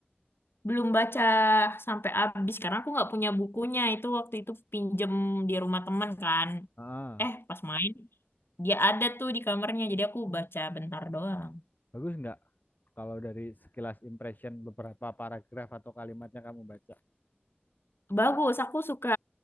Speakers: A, on the left; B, on the left.
A: belum baca sampai habis karena aku nggak punya bukunya. Itu waktu itu pinjem di rumah teman kan.
B: Ah,
A: Eh, pas main dia ada tuh di kamarnya. Jadi aku baca bentar doang.
B: bagus nggak kalau dari sekilas impression beberapa paragraf atau kalimatnya kamu baca?
A: Bagus, aku suka